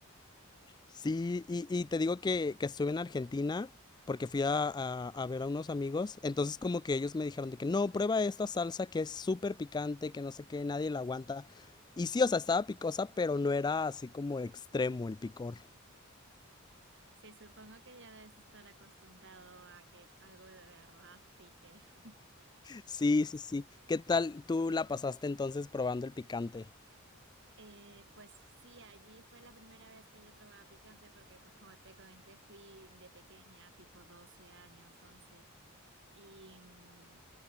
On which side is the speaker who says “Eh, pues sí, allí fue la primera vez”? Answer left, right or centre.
Right